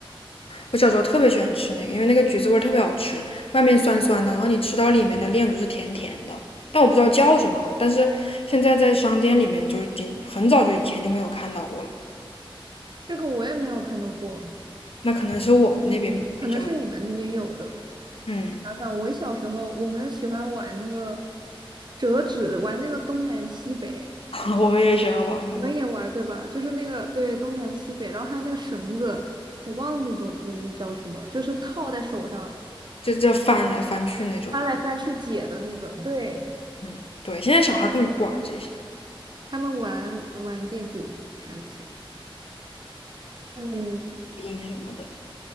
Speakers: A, on the left; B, on the right.
A: 我小时候特别喜欢吃那个，因为那个橘子味儿特别好吃，外面酸酸的，然后你吃到里面的炼乳是甜甜的，但我不知道叫什么啊，但是现在在商店里面就已经很早就以前就没有看到过了，
B: 这个我也没有看到过，
A: 那可能是我们那边比较，
B: 嗯，可能是你们那边有的。
A: 嗯，
B: 想想，我小时候我们喜欢玩那个折纸，玩那个东南西北，
A: <laughs> 我们也喜欢玩那个，
B: 你们也玩儿对吧？就是那个对东南西北，然后还有那个绳子，我忘了那种东西叫什么，就是套在手上
A: 就这翻来翻去那种嘛，
B: 翻来翻去解的那个。对，
A: 嗯，对，现在小孩根本不玩这些
B: 他们玩玩电子产品。嗯，
A: 那什么的。